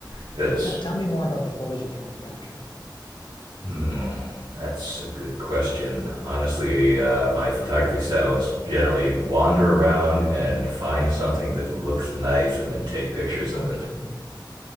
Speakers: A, on the right (about 80°); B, on the left (about 70°).
A: Because
B: T- tell me more about the photos you're trying to capture. <laughs>
A: Hmm, that's a good question. Honestly, uh, my photography style is generally wander around and find something that looks nice and then take pictures of
B: Okay.
A: it.